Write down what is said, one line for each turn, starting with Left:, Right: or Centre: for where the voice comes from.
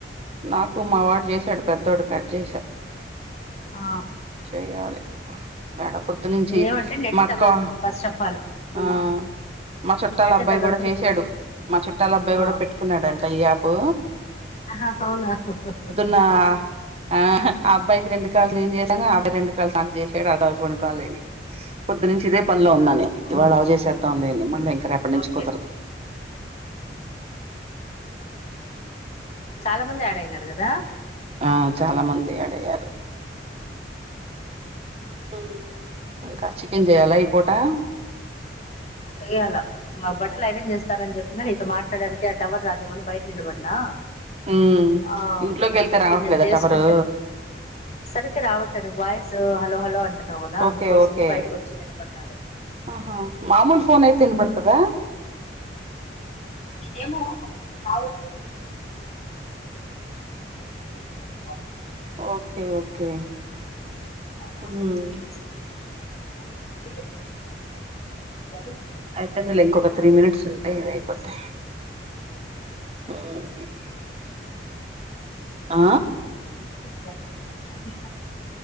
Right: నాకు మా వాడు చేశాడు పెద్దోడు కట్ చేసా.
Left: ఆ
Right: చేయాలి యాడ పొద్దునుంచి
Left: ఏమంటే నెట్
Right: మా అక్కా
Left: తగలదు ఫస్ట్ ఆఫ్ ఆల్
Right: ఆ
Left: ఉమ్
Right: మా చుట్టాల
Left: నెట్
Right: అబ్బాయి
Left: తగలదు
Right: కూడా చేసాడు.
Left: ఇది.
Right: మా చుట్టాల అబ్బాయి
Left: ఆ
Right: కూడా పెట్టుకున్నాడు అంట ఇ యాపూ
Left: ఆహా అవునా ఆ
Right: పొద్దున్న ఆ అబ్బాయికి రెండు కాలు నేను చేశాను ఆబ్బాయి రెండు కాళ్లు నాకు చేజ్ ఆట రొండు కాలేని పొద్దు నుంచి ఇదే పనిలో ఉన్నాను ఇవాళ
Left: ఉమ్
Right: అవ చేసేద్దాం లేని మళ్ళీ ఇంక రేపటి నుంచి
Left: ఓకే
Right: కుతురుదు
Left: చాలా మంది యాడ్ అయినారు కదా
Right: ఆ చాలా మంది యాడ్ అయ్యారు హ్మ్ అంకా చికెన్ చేయలా ఈ పూటా
Left: చెయ్యాలా మా బట్టలు ఇరాన్ చేస్తానని చెప్పిన నీతో మాట్లాడానికి ఆ టవర్ రాదేమోని బయట నిలబడినా
Right: ఉమ్
Left: ఆ
Right: ఇంట్లోకి వెళ్తే రావట్లేదా
Left: కొంచెం చేసుకుంటే
Right: టవరు
Left: సరికి రావట్ అ వాయిస్ హలో హలో అంటున్నావు కదా
Right: ఓకే
Left: అందుకోసము
Right: ఓకే
Left: బయటకు వచ్చి నిలబడనాలే
Right: ఆహా మామూలు ఫోన్ అయితే వినబడతదా
Left: ఏమో కావా <unintelligible>
Right: ఓకే ఓకే
Left: <unintelligible>
Right: ఉమ్ అయిపోయింది లే ఇంకొక త్రీ మినిట్స్ ఉంటే ఇది అయిపోయిద్ది ఉమ్ ఆ
Left: స <inaudible>